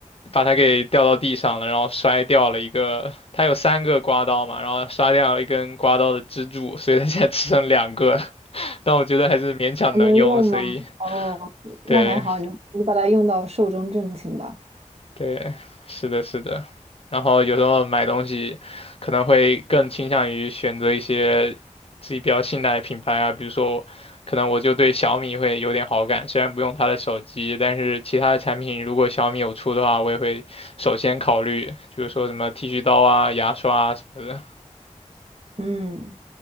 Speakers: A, on the left (about 45°); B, on the right (about 50°).
A: 把它给掉到地上了，然后摔掉了一个，它有三个刮刀嘛，然后摔掉了一根刮刀的支柱，所以它现在只剩两个，<laughs> 但我觉得还是勉强能用，
B: 还能用吗？
A: 所以
B: 哦，那还好，
A: 对。
B: 你你把它用到寿终正寝吧。
A: 对，是的，是的。然后有时候买东西可能会更倾向于选择一些自己比较信赖的品牌啊，比如说，可能我就对小米会有点好感，虽然不用它的手机，但是其他的产品如果小米有出的话，我也会首先考虑，就是说什么剃须刀啊、牙刷啊什么的。
B: 嗯，